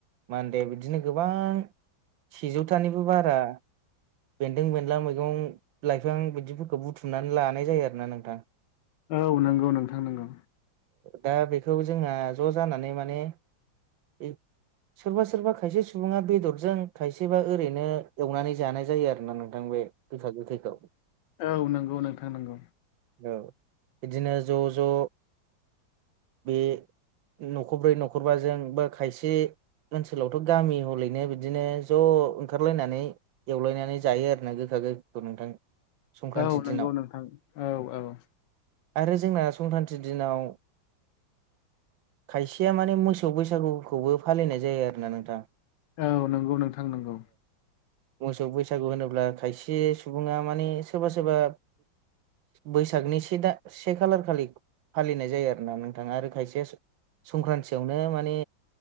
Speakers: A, on the right (about 75°); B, on the left (about 70°).
A: मानदे, बिदिनो गोबां सेजौथानिबो बारा बेन्दों बेनला मैगं लाइफां बिदिफोरखौ बुथुमनानै लानाय जायो आरो ना नोंथां।
B: औ नंगौ नोंथां नोंगौ।
A: दा बेखौ जोंहा ज' जानानै माने, बे सोरबा सोरबा खायसे सुबुङा बेदरजों खायसेबा ओरैनो एवनानै जानाय जायो आरो ना नोंथां बे बिफा गथैखौ।
B: औ नंगौ नोंथां नंगौ।
A: औ बिदिनो ज' ज' बे न'खरब्रै न'खरबाजोंबो खायसे ओनसोलावथ' गामि हलैनो बिदिनो ज' ओंखारलायनानै एवलायनानै जायो आरोना गोखा गोखैखौ नोंथां। संक्रान्ति
B: औ नंगौ
A: दिनाव
B: नोंथां औ औ।
A: आरो जोंना संख्रान्थि दिनाव खायसेया माने मोसौ बैसागुखौबो फालिनाय जायो आरोना नोंथां।
B: औ नंगौ नोंथां नंगौ।
A: मोसौ बैसागु होनोब्ला खायसे सुबुङा माने सोरबा सोरबा बैसागनि से दा से खालार खालि फालिनाय जायो आरोना नोंथाङा आरो खायसेया संक्रान्तियावनो माने